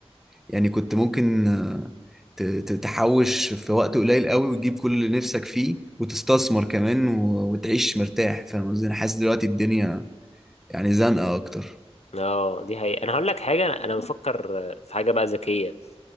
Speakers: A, in the centre; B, on the left.
A: يعني كنت ممكن آه، ت- ت- تحوش في وقت قليل قوي وتجيب كل اللي نفسك فيه وتستثمر كمان و- وتعيش مرتاح فاهم قصدي انا حاسس دلوقتي الدنيا يعني زنقة اكتر
B: اه دي حقيقة انا هقول لك حاجة انا أنا بفكر آه، في حاجة بقى ذكية